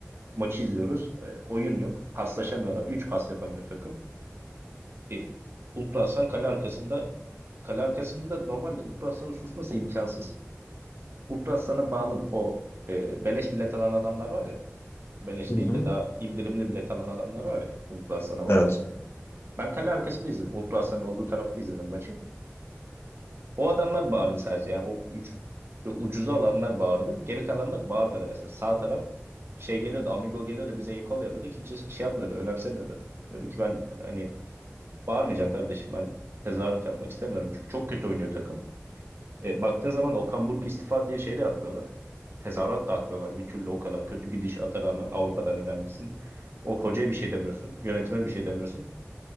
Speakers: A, on the right; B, on the left.
A: Maçı izliyoruz. E, oyun yok. Paslaşamıyorlar. üç pas yapamıyor takım. E, Ultra Aslan kale arkasında kale arkasında normalde Ultra Aslan'ın susması imkansız. Ultra Aslan'a bağlı o e, beleş bilet alan adamlar var ya. Beleş
B: Hı hı.
A: değil de daha indirimli bilet alan adamlar var ya Ultra Aslan'a bağlı.
B: Evet.
A: Ben kale arkasında izledim. Ultra Aslan'ın olduğu tarafta izledim maçı. O adamlar bağırdı sadece yani o üc- ucuza alanlar bağırdı. Geri kalanlar bağırmadı mesela. Sağ taraf şey geliyordu Amigo geliyordu bize el kol yapıyordu. Kimse şey yapmıyordu önemsemiyordu. Diyordu ki ben hani bağırmayacağım kardeşim ben tezahürat yapmak istemiyorum. Çünkü çok kötü oynuyor takım. E, baktığın zaman Okan Buruk istifa diye şey de atmıyorlar. Tezahürat da atmıyorlar bir türlü o kadar kötü gidişata rağmen Avrupa'dan elenmişsin. O hocaya bir şey demiyorsun. Yönetime bir şey demiyorsun.